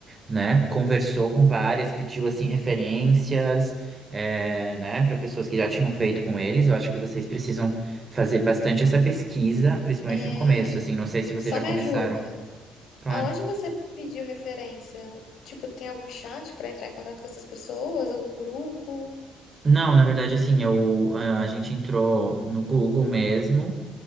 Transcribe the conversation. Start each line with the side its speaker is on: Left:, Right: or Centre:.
Right: né? Conversou com várias, pediu assim referências, é, né, para pessoas que já tinham feito com eles. Eu acho que vocês precisam fazer bastante essa pesquisa, principalmente
Left: É,
Right: no começo, assim. Não sei se vocês
Left: Só
Right: já
Left: me
Right: começaram.
Left: ajuda.
Right: Claro.
Left: Aonde você pediu referência? Tipo, tem algum chat pra entrar em contato com essas pessoas? Algum grupo?
Right: Não, na verdade, assim, eu, a a gente entrou no Google mesmo